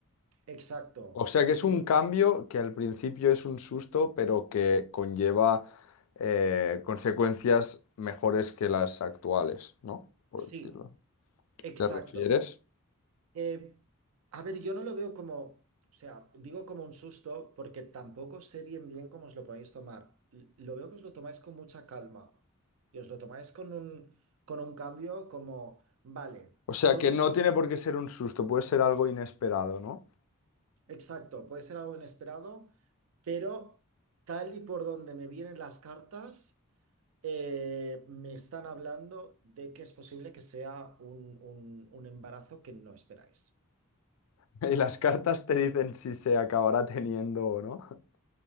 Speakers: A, on the right; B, on the left.
A: Exacto.
B: O sea que es
A: Eh,
B: un cambio que al principio es un susto, pero que conlleva eh, consecuencias mejores que las actuales, ¿no? Por
A: sí,
B: decirlo.
A: exacto.
B: ¿Te refieres?
A: Eh, a ver, yo no lo veo como, o sea, digo como un susto porque tampoco sé bien bien cómo os lo podéis tomar. L- Lo veo que os lo tomáis con mucha calma y os lo tomáis con un, con un cambio como, vale,
B: O sea
A: todo
B: que
A: lo
B: no
A: que...
B: tiene por qué ser un susto, puede ser algo inesperado, ¿no?
A: Exacto, puede ser algo inesperado, pero tal y por donde me vienen las cartas. Eh, me están hablando de que es posible que sea un, un- un embarazo que no esperáis.
B: <laughs> Y las cartas te dicen si se acabará teniendo o no. <laughs>